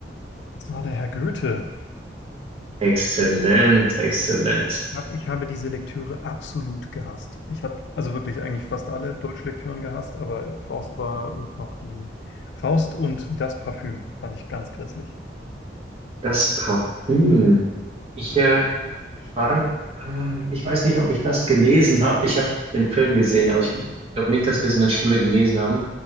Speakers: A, on the left; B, on the right.
A: Das war der Herr Goethe.
B: Exzellent, exzellent.
A: Ich hab, ich habe diese Lektüre absolut gehasst. Ich habe also wirklich eigentlich fast alle Deutschlektüren gehasst, aber Faust war mit noch die Faust und das Parfüm fand ich ganz grässlich.
B: Das Parfüm. Ich, äh, ich war, äh, ich weiß nicht, ob ich das gelesen habe. Ich habe den Film gesehen, aber ich glaube nicht, dass wir es in der Schule gelesen haben.